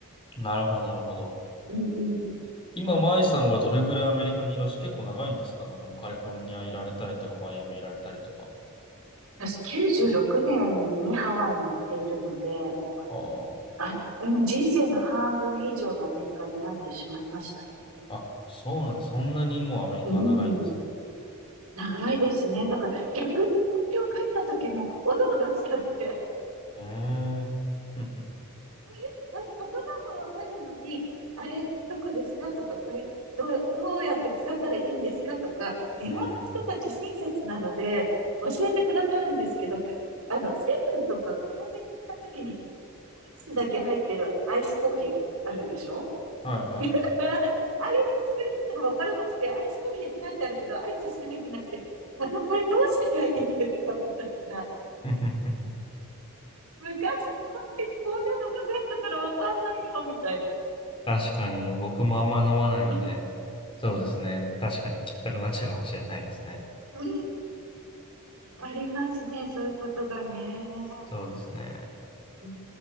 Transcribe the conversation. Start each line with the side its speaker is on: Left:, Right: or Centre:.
Left: なるほど、なるほど。
Right: うん。うん
Left: 今、マイさんはどれぐらいアメリカにいらっしゃ、結構長いんですかなんかもうカリフォルニアいられたりとか、マイアミいられたりとか。
Right: 私、96年にハワイに行っているので、もう
Left: ああ。
Right: あ、うん、人生の半分以上がアメリカになってしまいましたね。
Left: あ、そうなんです。そんなにもうアメリカが長いんですね。
Right: うん、長いですね。だから逆に東京帰った時もおどおどしちゃって、
Left: うーん。<laughs> ふんふん
Right: <laughs> あれあれ言葉がわかるのに、あれどこですかとか、これどう、どうやって使ったらいいんですかとか、日本の人たち親切なので教えてくださるんですけど、
Left: うーん。
Right: あの、セブンとかコンビニ行った時にアイスだけ入ってるアイスコーヒーあるでしょ
Left: はいはい。
Right: <laughs> あれの作り方がわからなくて、アイスコーヒーって書いてあるけど、アイスしか入ってなくて、あの、これどうしたらいいんですかみたいな。
Left: <laughs> ふんふん
Right: 昔のコーヒーにこんなのなかったからわかんないよ、みたいな。
Left: 確かに、僕もあんまり飲まないので、
Right: <laughs>
Left: そうですね。確かに聞きたくなっちゃうかもしれないですね。
Right: うん、ありますね、そういうことがね。
Left: そうですね。
Right: うん